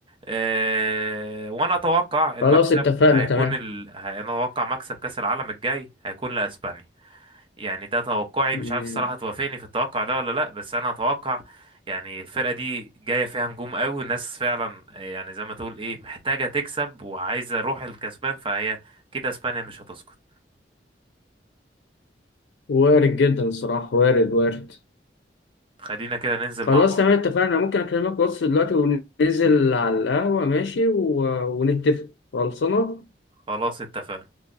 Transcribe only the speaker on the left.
خلاص اتفقنا
تمام
مم.
وارد جدا الصراحة وارد وارد
خلاص
تمام اتفقنا ممكن اكلمك واتس دلوقتي وننزل على القهوة ماشي و... ونتفق خلصنا